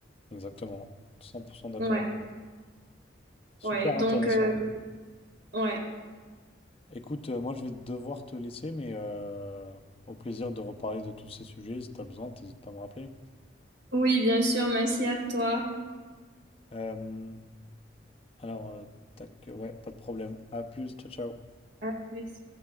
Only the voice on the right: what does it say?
Ouais,
ouais, donc
euh, ouais.
Oui, bien sûr, merci à toi.
À plus.